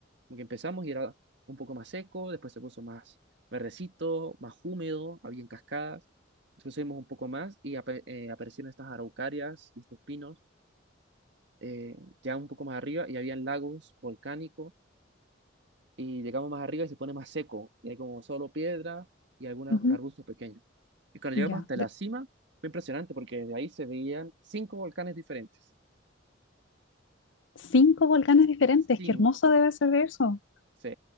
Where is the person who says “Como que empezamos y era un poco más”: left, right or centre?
Right